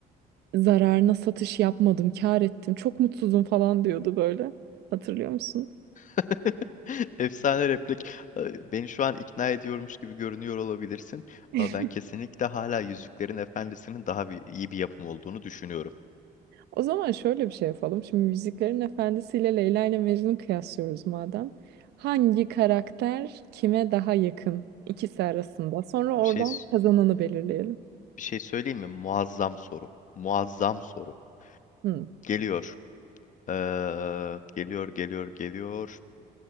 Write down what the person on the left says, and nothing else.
<laughs> Efsane replik. Ee, Beni şu an ikna ediyormuş gibi görünüyor olabilirsin.
Ama ben kesinlikle hala Yüzüklerin Efendisi'nin daha bir, iyi bir yapım olduğunu düşünüyorum.
Bir şey
bir şey söyleyeyim mi? Muazzam soru. Muazzam soru.
Geliyor. Ee, geliyor, geliyor, geliyor.